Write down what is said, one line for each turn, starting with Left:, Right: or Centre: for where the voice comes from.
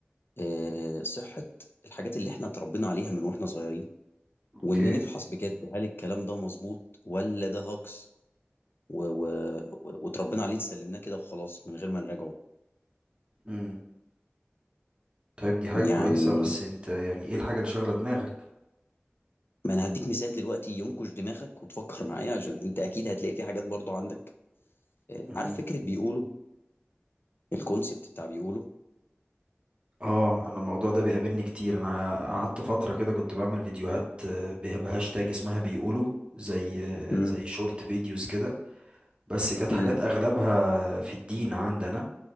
Left: آآ، صحة الحاجات اللي إحنا اتربينا عليها من وإحنا صغيرين،
Right: اوكي
Left: وإن نفحص بجد هل الكلام ده مضبوط والّا ده هجص و و و واتربينا عليه اتسلمناه كده وخلاص من غير ما نراجعه،
Right: امم طيب دي حاجة
Left: يعني
Right: كويسة بس انت يعني ايه الحاجة اللي شاغلة دماغك
Left: ما أنا هادّيك مثال دلوقتي ينكش دماغك وتفكر معايا عشان أنت أكيد هتلاقي في حاجات برضه عندك
Right: امم
Left: عارف فكرة بيقولوا الكونسيبت بتاع بيقولوا
Right: اه انا الموضوع ده بيقابلني كتير انا قعدت فترة كده كنت بعمل فيديوهات آه، به- بهاشتاج اسمها بيقولوا زي آه،
Left: امم
Right: زي شورت فيديوز كده بس كانت
Left: امم
Right: حاجات اغلبها في الدين عندنا